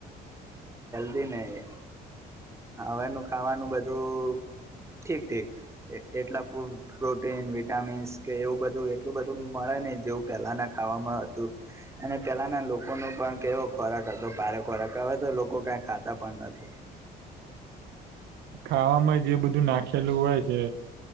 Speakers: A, on the right; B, on the right.
A: તે ને. હવેનું ખાવાનું બધું ઠીક ઠીક એ એટલા પ્રોટીન વિટામીન કે એવું બધું એટલું બધું મળે ને જેવું પહેલાના ખાવામાં હતું અને પેલાના લોકો ન પણ કેવો ખોરાક હતો ભારે ખોરાક હવે તો લોકો કઈ ખાતા પણ નથી.
B: ખાવામાં જે બધું નાખેલું હોય છે.